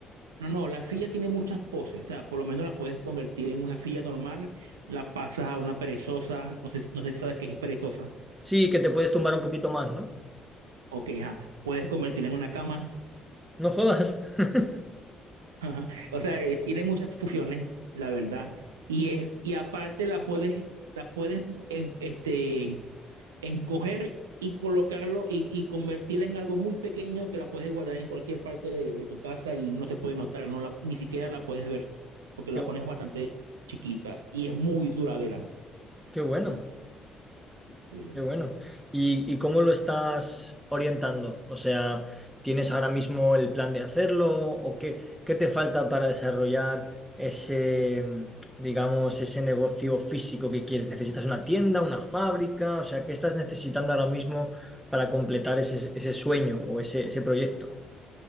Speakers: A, on the right (about 80°); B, in the centre.
A: No, no, la silla tiene muchas poses, o sea, por lo menos la puedes convertir en una silla normal, la pasas a una perezosa, no sé, no sé si sabes qué es perezosa,
B: Sí, que te puedes tumbar un poquito más, ¿no?
A: ok, ajá, puedes convertirla en una cama,
B: No jodas. <laughs>
A: <laughs> ajá. O sea, eh, tiene muchas fusiones, la verdad, y, es, y aparte la puedes, la puedes en- este, encoger y colocarlo y, y convertirla en algo muy pequeño que la puedes guardar en cualquier parte de, de tu casa y no se puede notar, no la, ni siquiera la puedes ver, porque la
B: Qué,
A: pones bastante chiquita y es muy duradera.
B: qué bueno.
A: Sí.
B: Qué bueno. ¿Y, y cómo lo estás orientando? O sea, ¿tienes ahora mismo el plan de hacerlo o qué, qué te falta para desarrollar ese, mm, digamos, ese negocio físico que quieres? ¿Necesitas una tienda, una fábrica? O sea, ¿qué estás necesitando ahora mismo para completar ese, ese sueño o ese, ese proyecto?